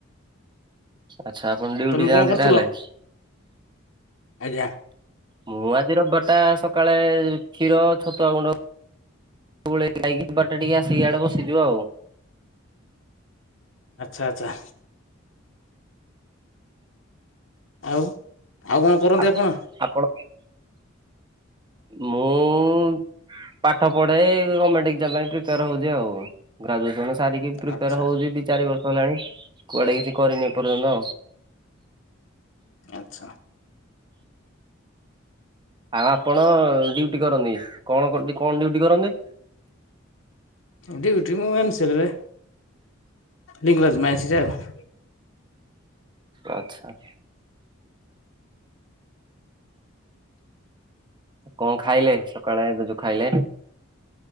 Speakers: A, on the right; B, on the left.
A: ଆଛା ଆପଣ
B: ଆଉ
A: ଡିଉଟି
B: ତମେ
A: ଯାଆନ୍ତି
B: କଣ କରୁଥିଲ?
A: ତାହେଲେ?
B: ଆଜ୍ଞା।
A: ମୁଁ ଆଜି ରିବିବାର ଟା ସକାଳେ-ଏ-ଏ କ୍ଷୀର ଛତୁଆ ଗୁଣ୍ଡ ପୁଳେ ଖାଇକି <unintelligible> ଟିକେ ଆସିକି ଆଡେ ବସିଯିବା ଆଉ।
B: ଆଚ୍ଛା ଆଚ୍ଛା। ଆଉ ଆଉ କଣ କରନ୍ତି
A: ଆ
B: ଆପଣ
A: ଆପଣ ମୁଁ-ଉ-ଉ-ଉ ପାଠ ପଢେ-ଏ-ଏ-ଏ ଏ ଗଭର୍ଣମେଣ୍ଟ ଏକ୍ଜାମ ପାଇଁ ପ୍ରିପେୟାର ହଉଛି ଆଉ ଗ୍ରାଜୁଏସନ ସାରିକି ପ୍ରିପେୟାର
B: ଆଚ୍ଛା
A: ହଉଛି ଦି ଚାରି ବର୍ଷ ହେଲାଣି କୁଆଡେ କିଛି କରିନି ଏପର୍ଯ୍ୟନ୍ତ।
B: ଆଚ୍ଛା।
A: ଆ ଆପଣ-ଅ-ଅ-ଅ ଡ୍ୟୁଟି କରନ୍ତି, କଣ କ କଣ ଡିଉଟି କରନ୍ତି?
B: ଡିଉଟି ମୁ ଏମ୍ ସି ଲ ରେ ଲିଙ୍କରାଜ ମାଇନ୍ସିରେ ଆଉ।
A: ଆଚ୍ଛା। କଣ ଖାଇଲେ ସକାଳେ ଏବେ ଯୋଉ ଖାଇଲେ?